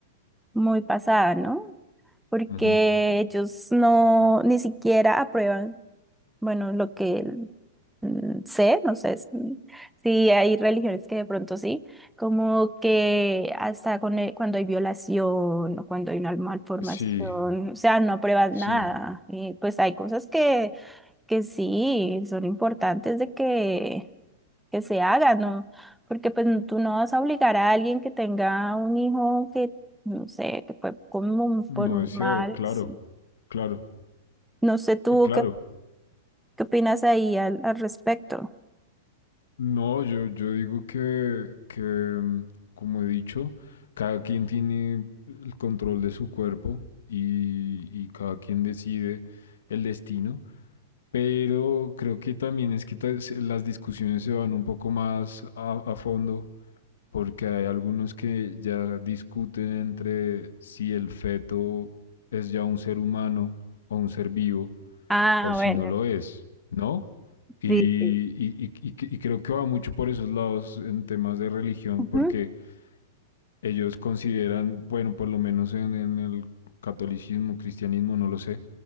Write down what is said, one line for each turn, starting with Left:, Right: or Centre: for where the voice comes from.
Centre: muy pasada, ¿no? porque
Left: Ujú.
Centre: ellos no ni siquiera aprueban, bueno, lo que mm, sé, no sé s- si hay religiones que de pronto sí, como que hasta con el- cuando hay violación o cuando hay una malformación,
Left: Sí,
Centre: o sea, no aprueban
Left: sí,
Centre: nada. Y pues hay cosas que, que sí son importantes de que, que se hagan, ¿no? Porque pues n- tú no vas a obligar a alguien que tenga un hijo que no sé, que fue como un-
Left: no
Centre: por un
Left: deseado,
Centre: mal,
Left: claro,
Centre: sí.
Left: claro,
Centre: No sé tú
Left: eh, claro.
Centre: qué, qué opinas ahí al, al respecto.
Left: No, yo, yo digo que, que, mm, como he dicho, cada quien tiene el control de su cuerpo y, y cada quien decide el destino. pero creo que también es que ta- se- las discusiones se van un poco más a, a fondo, porque hay algunos que ya discuten entre si el feto es ya un ser humano o un ser vivo,
Centre: Ah,
Left: o si
Centre: bueno,
Left: no lo es, ¿no? Y,
Centre: sí, sí.
Left: y- y- y- y creo que va mucho por esos lados en temas de religión,
Centre: Ujú.
Left: porque ellos consideran, bueno, por lo menos en, en el catolicismo, cristianismo, no lo sé,